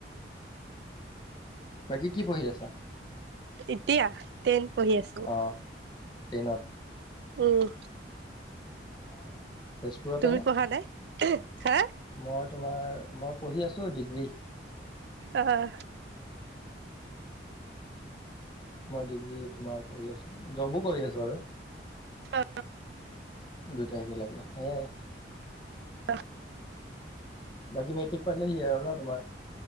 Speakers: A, on the left; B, on the right.
A: বাকী কি পঢ়ি আছা?
B: এতিয়া টেন পঢ়ি আছো।
A: অ টেনত।
B: উম।
A: অ তেজপুৰতে
B: তুমি
A: নে
B: পঢ়া নাই? হা
A: মই তোমাৰ মই পঢ়ি আছো ডিগ্ৰী।
B: অহ।
A: মই ডিগ্ৰী তোমাৰ পঢ়ি আছো, জবো কৰি আছো বাৰু।
B: অ।
A: দুইটা একে লগে, সেয়াই।
B: অ।
A: বাকী মেটিক পালেহি আও ন তোমাৰ?